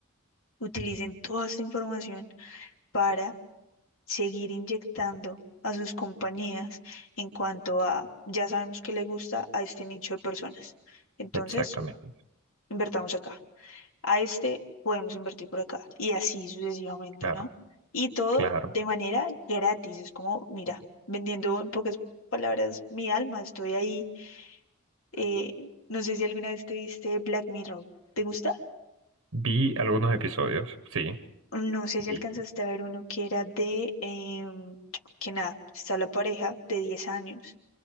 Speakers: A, on the left (about 70°); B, on the right (about 90°).
A: utilicen toda esta información para seguir inyectando a sus compañías en cuanto a, ya sabemos que le gusta a este nicho de personas. Entonces,
B: exactamente,
A: invertamos acá. a este podemos invertir por acá y así sucesivamente,
B: claro,
A: ¿no? Y todo
B: claro.
A: de manera gratis, es como, mira, vendiendo en pocas palabras mi alma, estoy ahí. Eh, no sé si alguna vez te viste Black Mirror, ¿te gusta?
B: Vi algunos episodios, sí.
A: No sé si
B: Y,
A: alcanzaste a ver uno que era de, em, que nada, está la pareja de 10 años